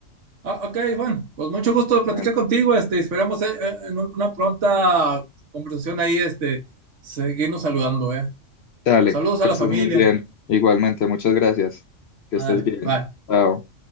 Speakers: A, on the right (about 60°); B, on the left (about 55°).
A: Ah, ok, Juan, pues mucho gusto de platicar
B: Dale.
A: contigo, este, esperamos eh, eh, en un- una pronta conversación ahí, este, seguirnos saludando, ¿eh?
B: Dale,
A: Saludos
B: que
A: a la
B: estés
A: familia.
B: muy bien. Igualmente, muchas gracias. Que
A: Ándale,
B: estés bien.
A: bye.
B: Chao.